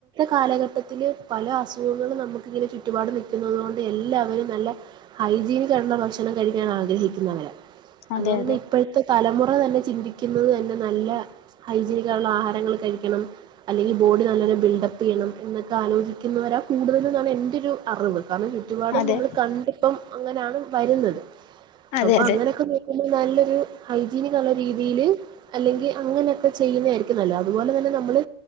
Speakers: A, on the right; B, on the left.
A: കാലഘട്ടത്തില്ൽ പല അസുഖങ്ങളും നമുക്ക് ഇങ്ങനെ ചുറ്റുപാട് നൽക്കുന്നുന്നത് കൊണ്ട് എല്ലാവരും നല്ല ഹൈജീനിക്കായിട്ടുള്ള ഭക്ഷണം കഴിക്കാൻ ആഗ്രഹിക്കുന്നവരാ അതുപോലെ
B: അതെ
A: തന്നെ ഇപ്പഴത്തെ തലമു റ തന്നെ ചിന്തിക്കുന്നത് തന്നെ നല്ല ഹൈജീനിക്കായിട്ട്ള്ള ആഹാരങ്ങൾ കഴിക്കണം അല്ലെങ്കിൽ ബോഡി നല്ലോലം ബിൽ ഡപ്പ് ചെയ്യണം എന്നൊക്കെ ആലോചിക്കുന്നവരാണ് കൂടുതലും എന്നാണ് എൻ്റൊരു അറിവ്. കാരണം ചുറ്റുപാടും
B: അതെ
A: നമ്മള്
B: അതെ
A: കണ്ടിപ്പം അങ്ങനാണ് വരുന്നത്
B: അതെ
A: അപ്പോ
B: അതെ
A: അങ്ങനക്കെ നോക്കുമ്പോ നല്ലോ രു ഹൈജീനിക്കൊളള രീതില് അല്ലെങ്കി അങ്ങനെ ഒക്കെ ചെയ്യുന്നെ ആരിക്കും നല്ലത് അതുപോലെ തന്നെ നമ്മള്